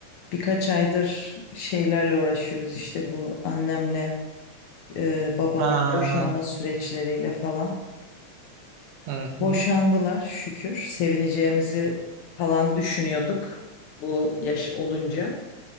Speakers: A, on the left (about 80°); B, on the right (about 70°).
A: birkaç aydır şeylerle uğraşıyoruz işte bu annemle e, babamın
B: Ha,
A: boşanma süreçleriyle falan.
B: hı
A: Boşandılar
B: hı.
A: şükür. Sevineceğimizi falan düşünüyorduk bu yaş olunca.